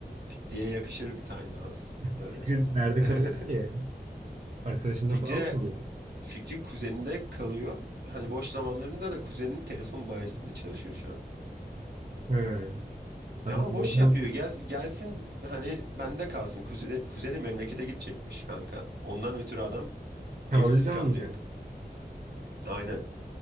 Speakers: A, on the right; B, on the right.
A: Fikriye yakışır bir tiny house. Öyle.
B: Fikrin nerede
A: <laughs>
B: kalıyor ki? Arkadaşında
A: Fikri,
B: falan mı kalıyor?
A: Fikri kuzeninde kalıyor. Hani boş zamanlarında da kuzeninin telefon bayisinde çalışıyor şu an.
B: Ha, abi
A: Ya
B: bu
A: boş
B: adam
A: yapıyor. Gelsin, gelsin hani bende kalsın. Kuze, kuzeni memlekete gidecekmiş kanka. Ondan ötürü adam evsiz
B: ha, o yüzden
A: kalacak.
B: mi?
A: Aynen.